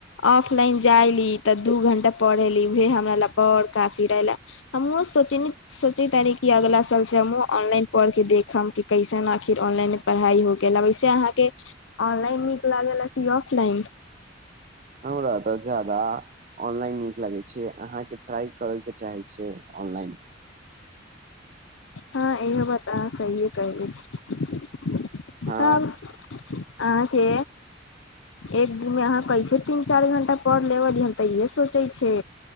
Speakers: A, on the left; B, on the right.
A: ऑफलाइन जाइली तऽ दू घण पढ़ए ली उहे हमरा ल बर काफी रहेला हम सोचैत कि अगला साल हमहुँ ऑनलाइन पढ़ के देखब कि कैसन आखिर ऑनलाइन पढाई हो गेल वेसे अहाँ के ऑनलाइन निक लागेला कि ऑफलाइन
B: हमरा तऽ जादा ऑनलाइन नीक लगैत छै अहाँके ट्राइ करयके चाहैत छै ऑनलाइन
A: हँ इहो बात अहाँ सहिए कहै छी
B: हँ
A: तब अहाँके एक दिनमे अहाँ कैसे तीन चार घण्टा पढ़ि लेब हम तऽ इेहे सोचैत छै